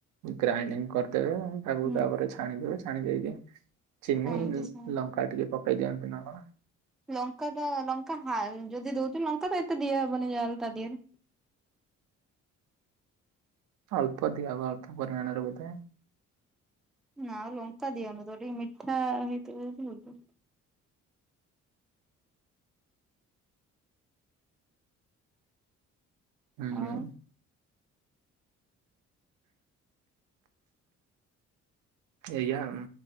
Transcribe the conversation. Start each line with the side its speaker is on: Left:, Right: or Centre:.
Right: ଗ୍ରାଇ କର <inaudible> ତେବେ, ତାପର ତାକୁ
Centre: ହୁଁ
Right: ତାପରେ ଛାଣିଦବେ, ଛାଣି ଦେଇକି ଚିନି,
Centre: ଆମର ତ ସେୟା
Right: ଲଙ୍କା ଟିକେ ପକେଇ ଦିଅନ୍ତି ନା କଣ?
Centre: ଲଙ୍କାଟା ଲଙ୍କା ହାଲ, ଯଦି ଦଉଛ ଲଙ୍କା ତ ଏତେ ଦିଆ ହବନି ଯା ହେଲେ ତା ଦିହରେ? <inaudible>
Right: ଅଳ୍ପ ଦିଆ ହବ। ଅଳ୍ପ ପରିମାଣରେ ବୋଧେ?
Centre: ନା ଆଉ ଲଙ୍କା ଦିଆ ହେଉନଥିବ। ଟିକେ ମିଠା ହେଇଥିବ ଜଦୀ ହେଇଥିବ।
Right: ହୁଁ,
Centre: ଆଉ
Right: ହୁଁ। ଏଇଆ ଉ।